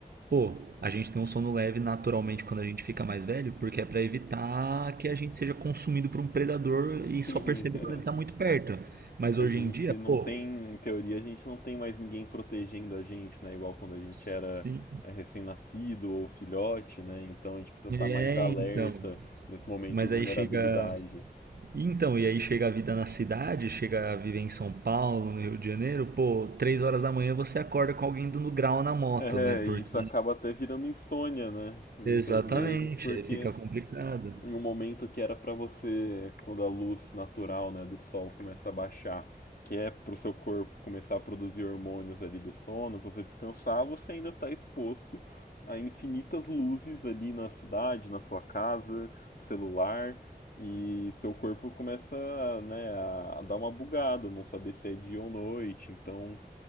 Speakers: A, on the right; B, on the left.
A: pô, a gente tem um sono leve naturalmente quando a gente fica mais velho, porque é pra evitar que a gente seja consumido por um predador
B: sim.
A: e só perceba
B: <laughs>
A: quando ele tá muito perto. Mas
B: A
A: hoje
B: gente
A: em dia,
B: não
A: pô,
B: tem, em teoria, a gente não tem mais ninguém protegendo a gente, né? Igual quando a gente
A: sim,
B: era é, recém-nascido ou filhote, né? Então a gente precisa estar mais
A: é
B: alerta
A: então.
B: nesse momento
A: Mas
B: de vulnerabilidade.
A: aí chega. Então, e aí chega a vida na cidade, chega a viver em São Paulo, no Rio de Janeiro, pô, três horas da manhã você acorda com alguém dando grau na moto,
B: É,
A: né? Porque
B: e isso acaba até virando insônia, né? Muitas
A: Exatamente,
B: vezes, porque
A: aí fica complicado.
B: em um momento que era para você, quando a luz natural, né, do sol começa a baixar, que é para o seu corpo começar a produzir hormônios ali do sono, para você descansar, você ainda está exposto a infinitas luzes ali na cidade, na sua casa, celular, e seu corpo começa, né, a, dar uma bugada, não saber se é dia ou noite. Então,